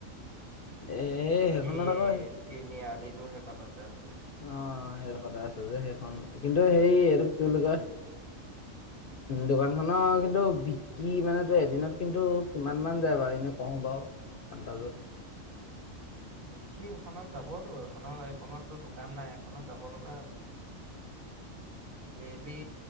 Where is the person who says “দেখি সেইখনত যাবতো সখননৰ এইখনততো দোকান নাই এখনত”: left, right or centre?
Right